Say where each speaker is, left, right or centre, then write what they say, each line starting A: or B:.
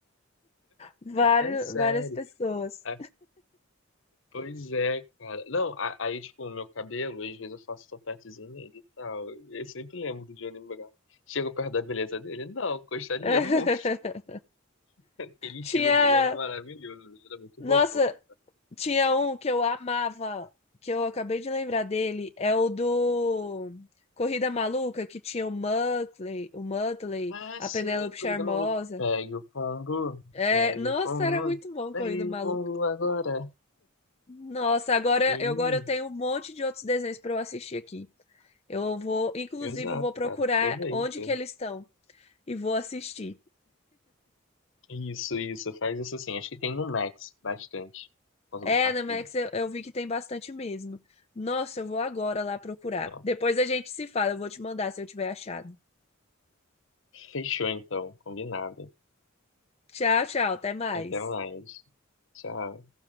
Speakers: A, on the left; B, on the left.
A: vários,
B: É sério.
A: várias pessoas.
B: É, pois é, cara. Não, a- aí, tipo, o meu cabelo, às vezes eu faço topetezinho nele e tal. Eu sempre lembro do Johnny Brown. Chego perto da beleza dele, não, gostaria
A: <laughs>
B: muito. <laughs> Aquele estilo
A: Tinha,
B: dele era maravilhoso, ele era muito
A: nossa,
B: bobão.
A: tinha um que eu amava, que eu acabei de lembrar dele, é o do Corrida Maluca, que tinha o Muttley, o Muttley,
B: Ah,
A: a
B: sim,
A: Penélope Charmosa.
B: corrida maluca. Pega o pombo,
A: É,
B: pega
A: nossa,
B: o pombo,
A: era muito bom
B: pega
A: Corrida Maluca.
B: o pombo agora.
A: Nossa, agora,
B: Sim,
A: eu- agora eu tenho um monte de outros desenhos para eu assistir aqui. Eu vou, inclusive,
B: exato,
A: eu vou procurar
B: cara, aproveita.
A: onde que eles estão e vou assistir.
B: Isso, isso, faz isso assim. Acho que tem no Max bastante, por causa
A: É,
B: do Cartoon.
A: na Max eu, eu vi que tem bastante mesmo. Nossa, eu vou agora lá procurar.
B: Não.
A: Depois a gente se fala, eu vou te mandar se eu tiver achado.
B: Fechou então, combinado.
A: Tchau, tchau, até mais.
B: Até mais. Tchau.